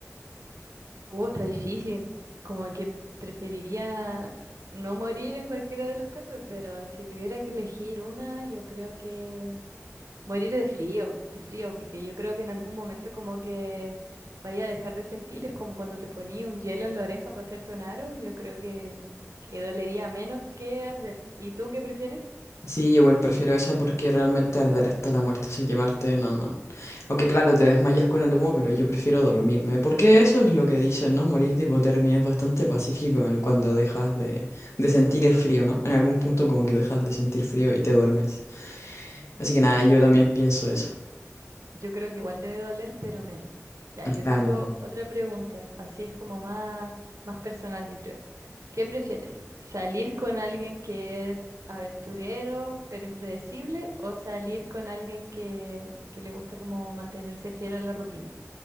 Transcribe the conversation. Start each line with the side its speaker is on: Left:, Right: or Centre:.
Right: Uh, está difícil. Como que preferiría no morir en cualquiera de los casos, pero si tuviera que elegir una, yo creo que morir de frío, de frío, porque yo creo que en algún momento como que vaya a dejar de sentir, es como cuando te ponía un hielo en la oreja para hacerte un aro, yo creo que, que dolería menos que arder. ¿Y tú qué prefieres?
Left: Sí, igual prefiero eso porque realmente arder hasta la muerte, o sea, quemarte, no, no. Aunque claro, te desmayas con el humo, pero yo prefiero dormirme. Porque eso es lo que dicen, ¿no? Morir de hipotermia es bastante pacífico en- cuando dejas de, de sentir el frío, ¿no? En algún punto como que dejas de sentir frío y te duermes. Así que
Right: Sí.
Left: nada, yo también pienso eso.
Right: Yo creo que igual debe doler, pero menos. Ya, yo
Left: Claro,
Right: tengo
Left: claro.
Right: otra pregunta, así es como más, más personal, yo creo. ¿Qué prefieres? ¿Salir con alguien que es aventurero, pero impredecible, o salir con alguien que, que le gusta como mantenerse fiel a la rutina?